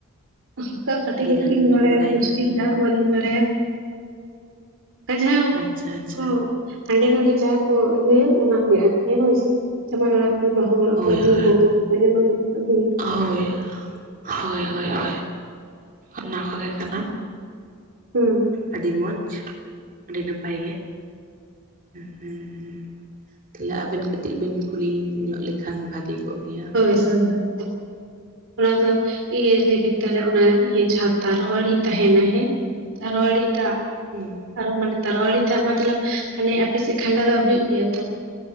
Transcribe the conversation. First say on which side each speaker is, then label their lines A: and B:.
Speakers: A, on the right (about 60°); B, on the right (about 40°).
A: ᱟᱱᱠᱟ ᱠᱟᱹᱴᱤᱡ
B: ᱟᱹᱰᱤ
A: ᱠᱟᱹᱴᱤᱡ
B: ᱜᱟᱱ
A: ᱞᱤᱧ
B: ᱵᱮᱱ
A: ᱵᱟᱲᱟᱭᱟ
B: ᱵᱟᱲᱟᱭ
A: ᱵᱮᱥ
B: ᱜᱮᱭᱟ ᱛᱟᱦᱚᱞᱮ
A: ᱴᱷᱤᱠ ᱫᱚ ᱦᱟᱸᱜ ᱵᱟᱹᱞᱤᱧ ᱵᱟᱲᱟᱭᱟ᱾ ᱡᱟᱦᱟᱸ
B: ᱟᱪᱪᱷᱟ ᱟᱪᱪᱷᱟ
A: ᱠᱚ ᱦᱟᱸᱰᱮ ᱱᱟᱰᱮ ᱡᱟᱦᱟ ᱠᱚ ᱤᱭᱟᱹ ᱭᱟ, ᱚᱱᱟ ᱜᱮ ᱟᱹᱨᱠᱤ ᱦᱳᱭ ᱥᱮ, ᱡᱟᱢᱟᱭ ᱚᱲᱟᱜ ᱵᱟᱦᱩ ᱚᱲᱟᱜ
B: ᱦᱳᱭ
A: ᱠᱚ ᱫᱤᱫᱤᱭᱟ
B: ᱦᱳᱭ
A: <unintelligible> <inaudible>
B: ᱦᱳᱭ ᱦᱳᱭ ᱦᱳᱭ ᱦᱳᱭ, ᱚᱱᱟ ᱠᱚ ᱜᱮ ᱠᱟᱱᱟ᱾
A: ᱦᱮᱸ᱾
B: ᱟᱹᱰᱤ ᱢᱚᱡᱽ, ᱟᱹᱰᱤ ᱱᱟᱯᱟᱭ ᱜᱮ᱾ ᱦᱮᱸ ᱦᱮᱸ, ᱛᱟᱦᱚᱞᱮ ᱟᱵᱮᱱ ᱠᱟᱹᱴᱤᱡ ᱵᱮᱱ ᱠᱩᱞᱤ ᱧᱚᱜ ᱞᱮᱠᱷᱟᱱ ᱵᱷᱟᱹᱜᱮ ᱠᱚᱜ ᱜᱮᱭᱟ᱾
A: ᱦᱳᱭ ᱦᱮᱸᱦᱮᱸ ᱚᱱᱟ ᱫᱚ ᱤᱭᱟᱹ ᱞᱮᱭ
B: ᱦᱩᱸ
A: ᱵᱤᱱ ᱛᱟᱦᱚᱞᱮ ᱚᱱᱮ ᱤᱭᱟᱹ ᱡᱟᱦᱟᱸ ᱛᱟᱨᱣᱟᱲᱤ ᱛᱟᱦᱮᱱᱟ ᱦᱮᱸ ᱛᱟᱨᱣᱟᱹᱲᱤ ᱫᱟᱜ
B: ᱦᱩᱸ
A: ᱟᱨᱦᱚᱸ ᱢᱟᱱᱮ ᱛᱟᱨᱚᱣᱟᱹᱲᱤ ᱫᱟᱜ, ᱢᱚᱛᱞᱚᱵ ᱢᱟᱱᱮ ᱟᱯᱮ ᱥᱮᱫ ᱠᱷᱟᱸᱰᱟ ᱫᱟᱜ ᱦᱩᱭᱩᱜ ᱜᱮᱭᱟ ᱛᱚ᱾